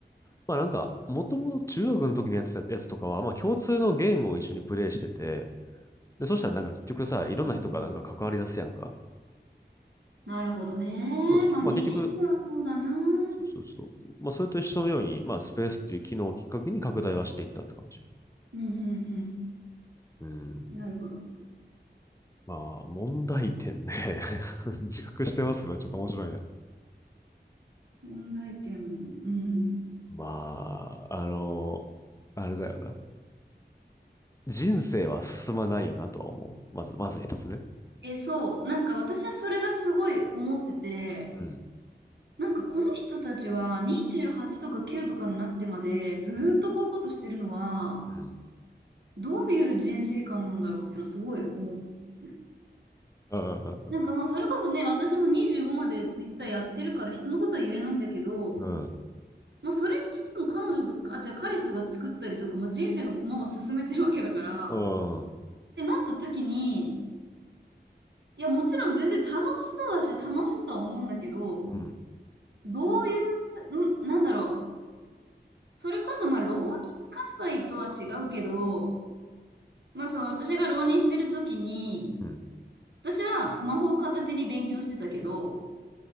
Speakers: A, on the left; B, on the right.
A: まあなんか、もともと中学の時にやってたやつとかは、まあ共通のゲームを一緒にプレイしてて、で、そしたらなんか結局さ、いろんな人がなんか関わり出すやんか。
B: うんなるほどね。
A: そうだ。
B: まあ、
A: まあ結局、
B: ゲームはそうだな。うん、
A: そうそうそう。まあそれと一緒のように、まあスペースっていう機能をきっかけに拡大はしていったって感じ。
B: うん、
A: うん。
B: うん。なるほど。
A: まあ、問題点ね。<laughs> 自覚してますのちょっと面白いな。
B: 問題点、うん。
A: まあ、あの、あれだよな。人生は進まないよなとは思う。まず、まず一つね。
B: え、そう。なんか私はそれがすごい思ってて、
A: うん。
B: なんかこの人たちは28とか9とかになってまでずーっとこういうことしてるのは
A: うん。うん。
B: どういう人生観なんだろうっていうのはすごい思ってますね。
A: うん。
B: なんかまあそれこそね、私も25までツイッターやってるから人のことは言えないんだけど、
A: うん。う
B: まあそれにしても彼女とか、あ、じゃあ彼氏とか作ったりとか、まあ、人生の駒は進めてるわけだから、
A: ん。
B: ってなった時に、いやもちろん全然楽しそうだし楽しいとは思うんだけど、
A: うん。
B: どういう、ん、なんだろう。それこそ、まあ、浪人界隈とは違うけど、まあ、その私が浪人してる時に、
A: うん
B: 私はスマホを片手に勉強してたけど、